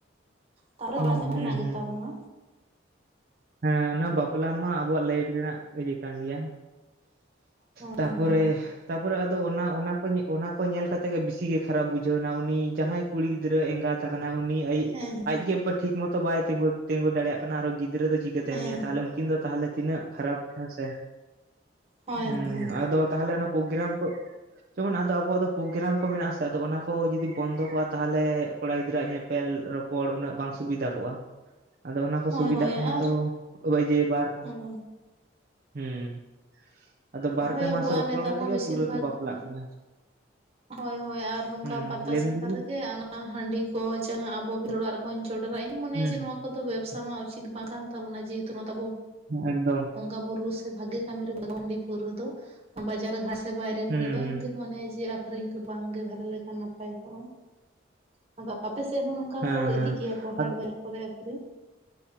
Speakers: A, on the right; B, on the right.
A: ᱛᱟᱨᱮ
B: ᱦᱩᱸ
A: ᱚᱱᱟ <inaudible> ᱜᱢᱮᱱᱟᱜ
B: ᱦᱩᱸ
A: ᱜᱮᱛᱟ
B: ᱦᱩᱸ
A: ᱵᱚᱱᱟ
B: ᱦᱮᱸ ᱚᱱᱟ ᱵᱟᱯᱞᱟ ᱢᱟ ᱟᱵᱚᱣᱟᱜ ᱞᱟᱭᱤᱯᱷ ᱨᱮᱱᱟᱜ ᱤᱭᱟ. ‌ ᱠᱟᱱ ᱜᱮᱭᱟ
A: ᱦᱳᱭ
B: ᱛᱟᱯᱚᱨᱮ
A: ᱦᱳᱭ
B: ᱛᱟᱯᱚᱨᱮ ᱟᱫᱚ ᱚᱱᱟ ᱚᱱᱟ ᱠᱚ ᱚᱱᱟ ᱠᱚ ᱧᱮᱞ ᱠᱟᱛᱮ ᱜᱮ ᱵᱤᱥᱤ ᱜᱮ ᱠᱷᱟᱨᱟᱯ ᱵᱩᱡᱷᱟᱹᱣ ᱮᱱᱟ ᱩᱱᱤ ᱡᱟᱦᱟᱸᱭ ᱠᱩᱲᱤ ᱜᱤᱫᱽᱨᱟᱹ ᱮᱸᱜᱟᱛ ᱛᱟᱠᱟᱱᱟ ᱩᱱᱤ ᱟᱭᱤᱜ
A: ᱦᱮᱸ
B: ᱟᱡᱜᱮ ᱴᱷᱤᱠ ᱢᱚᱛᱚ ᱵᱟᱭ ᱛᱮᱜᱳ ᱛᱮᱜᱳ ᱫᱟᱲᱮᱭᱟᱜ ᱠᱟᱱᱟ ᱟᱨᱚ ᱜᱤᱫᱽᱨᱟᱹ ᱫᱚ ᱪᱤᱠᱟᱹᱛᱮ
A: ᱦᱮᱸ
B: ᱦᱮᱢᱮᱭᱟ ᱛᱟᱦᱚᱞᱮ ᱩᱱᱠᱤᱱ ᱫᱚ ᱛᱟᱦᱚᱞᱮ ᱛᱤᱱᱟᱹᱜ ᱠᱷᱟᱨᱟᱯ ᱦᱮᱸ ᱥᱮ
A: ᱦᱳᱭ
B: ᱦᱩᱸ
A: ᱦᱳᱭ
B: ᱟᱫᱚ ᱛᱟᱦᱚᱞᱮ ᱚᱱᱟ ᱯᱨᱳᱜᱨᱟᱢ ᱠᱚ ᱡᱮᱢᱚᱱ ᱟᱫᱚ ᱟᱵᱚᱣᱟᱜ ᱫᱚ ᱯᱨᱳᱜᱨᱟᱢ ᱠᱚ ᱢᱮᱱᱟᱜᱼᱟ ᱥᱮ ᱟᱫᱚ ᱚᱱᱟ ᱠᱚ ᱡᱩᱫᱤ ᱵᱚᱱᱫᱚ ᱠᱚᱜᱼᱟ ᱛᱟᱦᱚᱞᱮ ᱠᱚᱲᱟ ᱜᱤᱫᱽᱨᱟᱹᱣᱟᱜ ᱧᱮᱯᱮᱞ ᱨᱚ ᱯᱚᱲ ᱩᱱᱟᱹᱜ ᱵᱟᱝ ᱥᱩᱵᱤᱫᱷᱟ ᱠᱚᱜᱼᱟ ᱟᱫᱚ ᱚᱱᱟ ᱠᱚ
A: ᱦᱳᱭ
B: ᱥᱩᱵᱤᱫᱷᱟ
A: ᱦᱳᱭ
B: ᱠᱟᱱᱟ
A: ᱟᱨ
B: ᱛᱚᱵᱮ ᱦᱚᱜ ᱡᱮ ᱵᱟᱨ
A: ᱦᱳᱭ
B: ᱦᱩᱸ ᱟᱫᱚ ᱵᱟᱨ
A: ᱦᱳᱭ
B: ᱯᱮ
A: ᱟᱵᱚᱣᱟᱜ
B: ᱢᱟᱥ ᱨᱚᱯᱚᱲ
A: ᱱᱮᱛᱟᱨ
B: ᱠᱟᱛᱮ
A: ᱢᱟ
B: ᱜᱮ
A: ᱵᱮᱥᱤᱨ
B: ᱯᱩᱨᱟᱹ
A: ᱵᱷᱟᱜᱽ
B: ᱠᱚ ᱵᱟᱯᱞᱟᱜ
A: ᱦᱮᱸ
B: ᱠᱟᱱᱟ
A: ᱦᱳᱭ ᱦᱳᱭ ᱟᱨ ᱱᱚᱝᱠᱟ
B: ᱦᱩᱸ
A: ᱯᱟᱛᱟ
B: ᱞᱟᱹᱭ
A: ᱪᱷᱟᱛᱟ
B: ᱢᱮ ᱫᱤᱫᱤ
A: ᱨᱮᱜᱮ ᱚᱱᱟ ᱦᱟᱸᱰᱤ ᱠᱚ ᱡᱟᱦᱟᱸ ᱟᱵᱚ ᱵᱷᱤᱲ ᱚᱲᱟᱜ ᱨᱮᱵᱚᱱ ᱪᱚ ᱪᱚᱰᱚᱨᱟ ᱤᱧ ᱢᱚᱱᱮᱭᱟ
B: ᱦᱩᱸ
A: ᱡᱮ ᱱᱚᱣᱟ ᱠᱚᱫᱚ ᱵᱮᱵᱽᱥᱟ ᱢᱟ ᱩᱪᱤᱛ ᱵᱟᱝ ᱠᱟᱱ ᱛᱟᱵᱚᱱᱟ ᱡᱮᱦᱮᱛᱩ ᱱᱚᱣᱟ ᱫᱚ ᱟᱵᱚ
B: ᱟᱰᱤ
A: ᱵᱚᱸᱜᱟ ᱵᱩᱨᱩ ᱥᱮ ᱵᱷᱟᱜᱮ ᱠᱟ. ᱢᱤ ᱨᱮ ᱞᱟᱜᱟᱜᱼᱟ ᱦᱟᱺᱰᱤ ᱯᱟᱹᱣᱨᱟ. ᱫᱚ ᱵᱟᱡᱟᱨ ᱜᱷᱟᱴᱥ ᱥᱮ ᱵᱟᱭᱨᱮ
B: ᱦᱩᱸ
A: ᱠᱚᱨᱮ ᱫᱚ
B: ᱦᱩᱸ
A: ᱤᱧ ᱫᱩᱧ ᱢᱚᱱᱮᱭᱟ ᱡᱮ ᱟᱠᱠᱷᱨᱤᱧ ᱠᱚ ᱵᱟᱝᱜᱮ ᱵᱷᱟᱞᱮ ᱞᱮᱠᱟᱱ ᱱᱟᱯᱟᱭ ᱠᱚᱜᱼᱟ ᱟᱯᱮ ᱥᱮᱫ ᱦᱚᱸ ᱚᱝᱠᱟ
B: ᱦᱮᱸ
A: ᱠᱚ
B: ᱦᱮᱸ
A: ᱤᱫᱤ ᱜᱮᱭᱟ ᱠᱚ ᱦᱟᱴ
B: ᱟᱫ
A: ᱵᱟᱨ ᱠᱚᱨᱮ ᱟᱠᱠᱷᱤᱨᱤᱧ